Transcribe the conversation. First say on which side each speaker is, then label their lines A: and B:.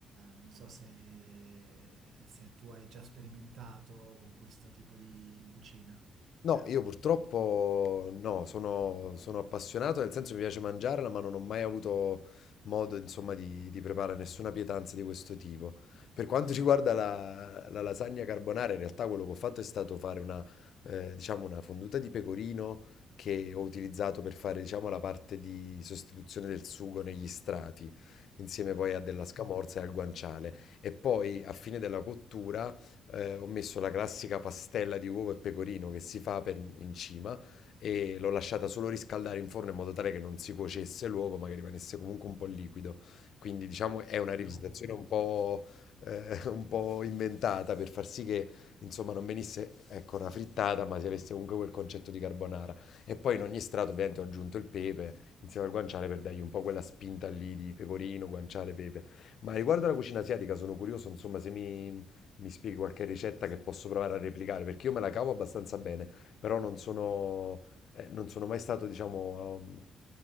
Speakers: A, on the right; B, on the left.
A: non so se, se tu hai già sperimentato con questo tipo di cucina.
B: No, io purtroppo no, sono, sono appassionato, nel senso mi piace mangiarla, ma non ho mai avuto modo, insomma, di, di preparare nessuna pietanza di questo tipo. Per quanto <laughs> riguarda la, la lasagna carbonara, in realtà quello che ho fatto è stato fare una, eh, diciamo, una fonduta di pecorino che ho utilizzato per fare, diciamo, la parte di sostituzione del sugo negli strati, insieme poi a della scamorza e al guanciale. E poi, a fine della cottura eh, ho messo la classica pastella di uovo e pecorino che si fa per- in cima e l'ho lasciata solo riscaldare in forno in modo tale che non si cuocesse l'uovo, ma che rimanesse comunque un po' liquido. Quindi, diciamo, è una
A: Ah,
B: rivisitazione un po', eh, <laughs> un po' inventata per far sì che, insomma, non venisse, ecco, una frittata, ma si avesse comunque quel concetto di carbonara. E poi in ogni strato, ovviamente, ho aggiunto il pepe insieme al guanciale per dargli un po' quella spinta lì di pecorino, guanciale, pepe. Ma riguardo alla cucina asiatica sono curioso, insomma, se mi, mi spieghi qualche ricetta che posso provare a replicare? Perché io me la cavo abbastanza bene, però non sono, eh, non sono mai stato, diciamo, um,